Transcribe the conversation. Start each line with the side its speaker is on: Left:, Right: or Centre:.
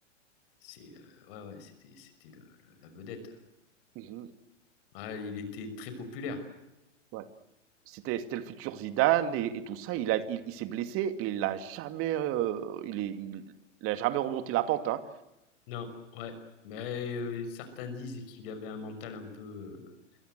Left: c'est, euh, ouais, ouais, c'était, c'était le- le- la vedette.
Right: Mhm.
Left: Ouais, il était très populaire.
Right: ouais, c'était, c'était le futur Zidane et, et tout ça. Il a, il, il s'est blessé et il a jamais, euh, il est, il, il a jamais remonté la pente, hein.
Left: Non, ouais, mais euh, certains disent qu'il avait un mental un peu, euh,